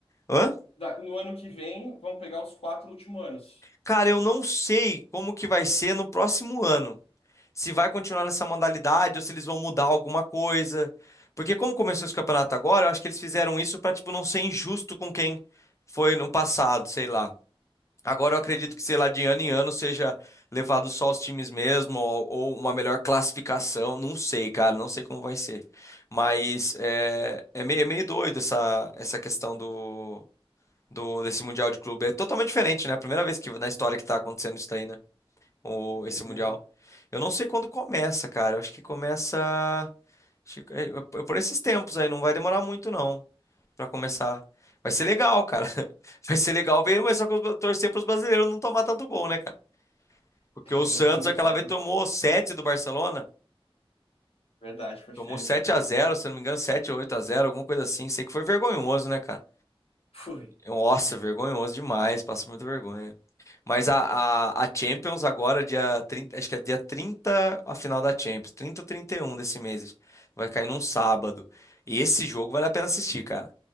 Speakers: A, on the left; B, on the left.
A: Hã?
B: Da- no ano que vem, vão pegar os quatro últimos anos.
A: Cara, eu não sei como que vai ser no próximo ano. se vai continuar nessa modalidade ou se eles vão mudar alguma coisa. Porque como começou esse campeonato agora, eu acho que eles fizeram isso para tipo não ser injusto com quem foi no passado, sei lá. Agora eu acredito
B: Entendi.
A: que, sei lá, de ano em ano seja levado só os times mesmo ou, ou uma melhor classificação, não sei, cara, não sei como vai ser. Mas é, é meio, é meio doido essa, essa questão do, do desse Mundial de Clube. É totalmente diferente, né? A Primeira vez que na história que tá acontecendo isso daí, né? o,
B: Que Doideira.
A: esse Mundial.
B: <laughs>
A: Eu não sei quando começa, cara. Eu acho que começa. acho que- é, é Por esses tempos aí, não vai demorar muito, não, pra começar. Vai ser legal, cara. <laughs> Vai ser legal ver, mas só que eu torcer pros brasileiros não tomar tanto gol, né, cara? Porque o Santos
B: não ser humilhado.
A: aquela vez tomou 7 do Barcelona.
B: Verdade, foi
A: Tomou
B: feio.
A: 7 a zero, se não me engano, sete ou 8 a zero, alguma coisa assim. Sei que foi vergonhoso, né, cara?
B: Foi.
A: Nossa, vergonhoso demais, passa muita vergonha. Mas a, a, a Champions agora, dia 30 acho que é dia 30 a final da Champions, 30 ou 31 desse mês. Vai cair num sábado. E esse jogo vale a pena assistir, cara.